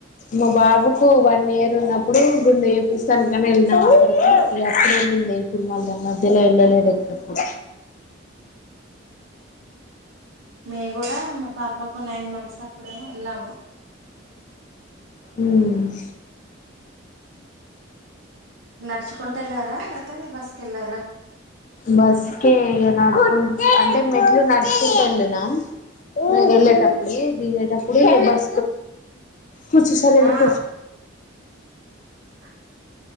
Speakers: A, on the left; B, on the right.
A: మా బాబుకు వన్ ఇయర్ ఉన్నప్పుడు గుండు చేపిస్తానికని వెళ్ళినాము అక్కడికి అప్పుడు వెళ్ళింది ఇప్పుడు మళ్ళ మధ్యలో వెళ్ళలేదు ఎక్కడికి
B: మేం కూడా మా పాపకి నైన్ మంత్ తప్పుడేమో వెళ్ళాము
A: ఉమ్
B: నడుచుకుంటూ వెళ్ళారా లేతే బస్సుకి వెళ్లారా
A: బస్కే ఇగ నడుచుకు అంటే మెట్లు నడుచుకుంటూ వెళ్లి నం వెళ్లేటప్పుడు దిగేటప్పుడు బస్ కూర్చో సైలెంట్
B: ఆ
A: గా కూర్చో
B: <inaudible>